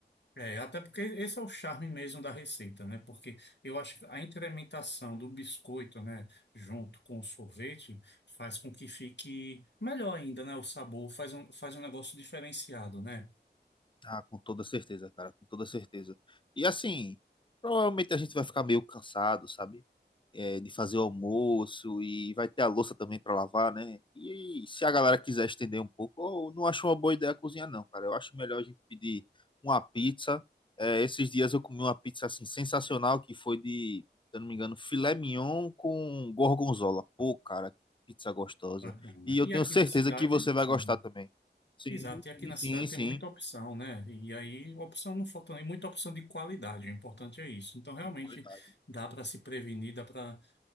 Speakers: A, on the left; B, on the left.
A: É, até porque esse é o charme mesmo da receita, né? Porque eu acho que a incrementação do biscoito, né, junto com o sorvete, faz com que fique melhor ainda, né? O sabor faz um, faz um negócio diferenciado, né?
B: Ah, com toda certeza, cara, com toda certeza. E assim, provavelmente a gente vai ficar meio cansado, sabe? É, de fazer o almoço e vai ter a louça também pra lavar, né? E se a galera quiser estender um pouco, eu não acho uma boa ideia cozinhar, não, cara. Eu acho melhor a gente pedir uma pizza. É, esses dias eu comi uma pizza assim sensacional que foi de, se eu não me engano, filé mignon com gorgonzola. Pô, cara, que pizza gostosa.
A: Bacana.
B: E eu
A: E
B: tenho
A: aqui
B: certeza
A: na cidade,
B: que você vai
A: sim.
B: gostar também. Sim,
A: Exato, e aqui
B: sim,
A: na
B: sim.
A: cidade
B: sim.
A: tem muita opção, né? E aí, opção não falta, nem muita opção de qualidade, o importante é isso. Então, realmente,
B: Qualidade.
A: dá para se prevenir, dá para